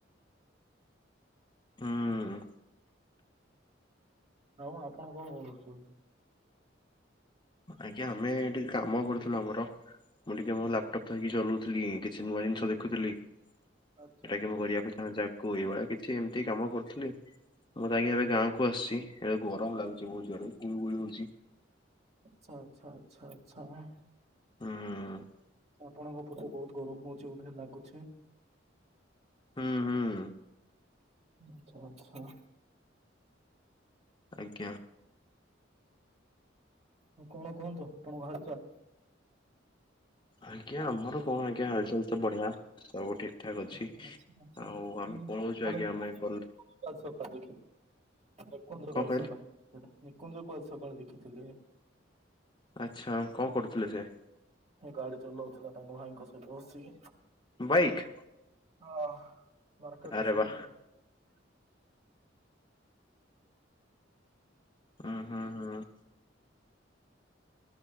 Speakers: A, on the left (about 25°); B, on the right (about 35°).
A: ହୁଁ।
B: ଆଉ ଆପଣ କଣ କରୁଚ?
A: ଆଜ୍ଞା ଆମେ ଟିକେ କାମ କରୁଥିଲୁ ଆମର ମୁଁ ଟିକେ ମୋ ଲାପଟପ ଥୋଇକି ଚଲଉଥିଲି କିଛି ନୂଆ ଜିନିଷ ଦେଖୁଥିଲି।
B: ଆଚ୍ଛା
A: ଏଟା
B: ଆଚ୍ଛା
A: କି ମୁଁ କରିବାକୁ ଚାହୁଁଛି ଆଗକୁ ଏଇଭଳିଆ କିଛି ଏମିତି କାମ କରୁଥିଲି। ମୁଁ ଆଜ୍ଞା ଏବେ ଗାଁକୁ ଆସିଛି ଏବେ ଗରମ ଲାଗୁଛି ବହୁତ ଜୋରେ ଗୁଳୁଗୁଳି ହ
B: ଆଛା ଆଚ୍ଛା ଆଛା ଆଚ୍ଛା।
A: ହୁଁ।
B: ଆପଣଙ୍କ ପଛେ ବହୁତ ଗରମ ହଉଚି ବଧେ ଲାଗୁଛି।
A: ହୁଁ ହୁଁ।
B: ଆଛା ଆଛା।
A: ଆଜ୍ଞା।
B: ହଉ କଣ କୁହନ୍ତୁ ଆପଣଙ୍କ ହାଲ ଚାଲ?
A: ଆଜ୍ଞା ଆମର କଣ ଆଜ୍ଞା ହାଲଚାଲ ତ ବଢିଆ ସବୁ ଠିକ ଠାକ ଅଛି
B: ଆଚ୍ଛା ଆଚ୍ଛା ଆଚ୍ଛା
A: ଆଉ
B: ହୁଁ।
A: ଆମେ କଣ କହୁଛୁ
B: ଆରେ
A: ଆଜ୍ଞା
B: ନିକୁଞ୍ଜକୁ
A: ଆମେ କ
B: ଆଜି ସକାଳେ ଦେଖି ନିକୁଞ୍ଜକୁ
A: କଣ
B: ଆଜି
A: କହିଲେ
B: ସକାଳେ ଦେଖିଥିଲି ନିକୁ୍ଞ୍ଜକୁ ଆଜି ସକାଳେ ଦେଖିଥିଲି।
A: ଆଚ୍ଛା କଣ କରୁଥିଲେ ସେ?
B: ଗାଡି ଚଲଉଥିଲା ତାଙ୍କ ଭାଇଙ୍କ ସହିତ ବସିକି।
A: ବାଇକ୍?
B: ହଁ ମାର୍କେଟରେ
A: ଆରେ
B: ଶିଖୁଥି
A: ବା ହୁଁ ହୁଁ ହୁଁ।